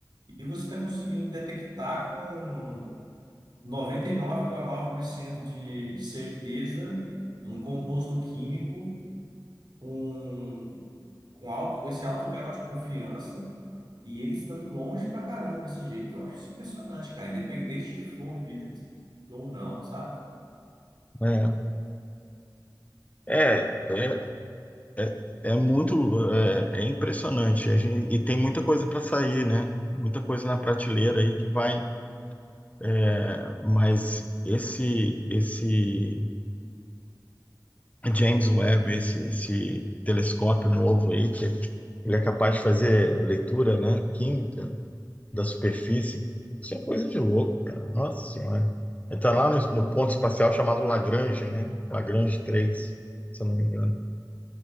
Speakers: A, on the right; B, on the left.
A: e você está conseguindo detectar com 99,9% de, de certeza um composto químico com, com alto, esse alto grau de confiança e ele estando longe pra caramba desse jeito. Eu acho isso impressionante, cara. Independente de for vida ou não, sabe?
B: É, é, é, é, é muito, é, é impressionante. A gente, e tem muita coisa para sair, né? Muita coisa na prateleira aí que vai. é, mas esse, esse James Webb, esse, esse telescópio novo aí, que ele é capaz de fazer leitura, né? Química, da superfície. Isso é coisa de louco, cara. Nossa Senhora. Ele Está lá no, no ponto espacial chamado Lagrange, né? Lagrange três, se eu não me engano.